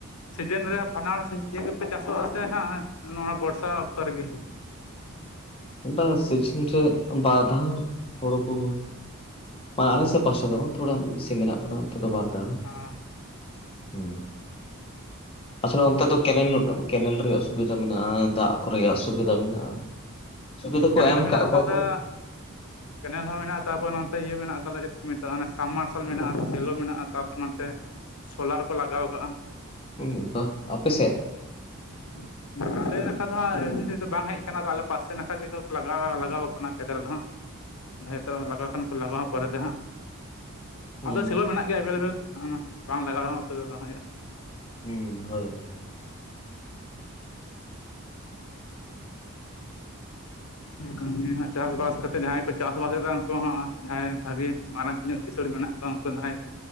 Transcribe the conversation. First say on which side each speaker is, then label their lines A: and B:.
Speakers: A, on the left; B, on the left.
A: ᱥᱤᱡᱮᱱ ᱨᱮ ᱵᱷᱟᱱᱟᱨ ᱥᱮ ᱤᱭᱟᱹ ᱜᱮᱯᱮ ᱪᱟᱥᱚᱜ ᱼ ᱟ ᱥᱮ ᱦᱟᱸᱜ ᱱᱚᱣᱟ ᱵᱚᱨᱥᱟ ᱚᱠᱛᱚ ᱨᱮᱜᱮ
B: ᱵᱟ ᱥᱤᱡᱤᱱ ᱨᱮ ᱵᱟᱷᱟᱣ ᱦᱳᱲᱳ ᱠᱚᱼᱼᱼ ᱵᱟ ᱟᱞᱮᱥᱮᱫ ᱯᱟᱥᱴᱟ ᱫᱚ ᱛᱷᱚᱲᱟ ᱢᱤᱫᱥᱤ ᱢᱮᱱᱟᱜ ᱠᱟᱫᱟ ᱚᱱᱛᱮ ᱫᱚ ᱵᱟᱨ ᱫᱷᱟᱣ
A: ᱦᱮᱸ
B: ᱦᱩᱸ ᱟᱥᱚᱞᱮ ᱚᱱᱛᱮ ᱫᱚ <unintelligible> ᱠᱮᱱᱮᱞ ᱨᱮᱭᱟᱜ ᱥᱩᱵᱤᱫᱟ ᱢᱮᱱᱟᱜᱼᱟ ᱫᱟᱜ ᱠᱚᱨᱮᱭᱟᱜ ᱥᱩᱵᱤᱫᱟ ᱢᱮᱱᱟᱜᱼᱟ ᱥᱩᱵᱤᱫᱷᱟ ᱠᱚ
A: ᱠᱮᱱᱮᱞ
B: ᱮᱢ
A: ᱢᱮᱱᱟᱜ
B: ᱠᱟᱜ ᱠᱚᱣᱟ
A: ᱟᱠᱟᱫᱟ
B: ᱠᱚ
A: ᱠᱮᱱᱮᱞ ᱦᱚᱸ ᱢᱮᱱᱟᱜᱼᱟ ᱛᱟᱨᱯᱚᱨ ᱱᱚᱛᱮ ᱤᱭᱟᱹ ᱢᱮᱱᱟᱜ ᱟᱠᱟᱫᱟ ᱪᱮᱫ ᱠᱚ ᱢᱮᱛᱟᱜᱼᱟ ᱥᱟᱢᱟᱨᱥᱟᱞ ᱢᱮᱱᱟᱜᱼᱟ ᱥᱮᱞᱳ ᱢᱮᱱᱟᱜᱼᱟ ᱛᱟᱨᱯᱚᱨ ᱱᱚᱛᱮ ᱥᱳᱞᱟᱨ ᱠᱚ ᱞᱟᱜᱟᱣ ᱠᱟᱜᱼᱟ
B: ᱩᱸᱦᱩᱸᱜ ᱵᱟ ᱟᱯᱮ ᱥᱮ
A: <inaudible> ᱟᱞᱮ ᱱᱟᱠᱷᱟ ᱫᱚ ᱦᱟᱸᱜ ᱟ. ᱰᱤ ᱰᱷᱮᱨ ᱫᱚ ᱵᱟᱝ ᱦᱮᱡ ᱟᱠᱟᱱᱟ ᱟᱞᱮ ᱯᱟᱥᱮ ᱱᱟᱠᱷᱟ ᱜᱮ ᱞᱟᱜᱟᱣ ᱞᱟᱜᱟᱣ ᱟᱠᱟᱱᱟ ᱠᱷᱮᱛ ᱨᱮᱫᱚ ᱦᱟᱸᱜ ᱦᱚᱭᱛᱚ ᱞᱟᱜᱟᱣ ᱠᱷᱟᱱ ᱠᱚ ᱞᱟᱜᱟᱣᱟ ᱯᱚᱨᱮ ᱛᱮ ᱦᱟᱸᱜ
B: ᱦᱩᱸ
A: ᱟᱫᱚ ᱥᱮᱞᱳ ᱢᱮᱱᱟᱜ ᱜᱮᱭᱟ ᱮᱵᱮᱞᱮᱵᱮᱞ ᱵᱟᱝ ᱞᱟᱜᱟᱣ ᱨᱮᱦᱚᱸ ᱚᱥᱩᱵᱤᱫᱟ ᱵᱟᱝ ᱦᱩᱭᱩᱜᱼᱟ
B: ᱦᱩᱸ ᱦᱳᱭ <unintelligible>
A: <unintelligible> ᱪᱟᱥᱵᱟᱥ ᱠᱟᱛᱮᱜ ᱡᱟᱦᱟᱸᱭ ᱠᱚ ᱪᱟᱥᱵᱟᱥᱮᱫᱟ ᱩᱱᱠᱩ ᱦᱚᱸ ᱡᱟᱦᱟᱸᱭ ᱵᱷᱟᱹᱜᱤ ᱢᱟᱨᱟᱝ ᱧᱚᱜ ᱠᱤᱥᱟᱹᱲ ᱢᱮᱱᱟᱜ ᱠᱚᱣᱟ ᱩᱱᱠᱩ <unintelligible>